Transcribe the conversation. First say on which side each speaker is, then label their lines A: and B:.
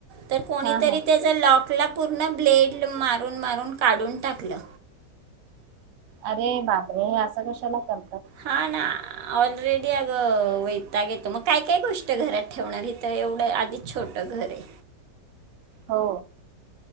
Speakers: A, on the right; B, on the right.
A: तर कोणीतरी
B: हा हा
A: त्याज लॉकला पूर्ण ब्लेड मारून मा णुन काढून टाकलं
B: अरे बापरे हे असं कशाला कर
A: हा ना ऑलरेडी अगं वैताग येतो मग काय काय गोष्ट घरात ठेवणार हीत तर एवढं आधीच छोटं घर हे
B: हो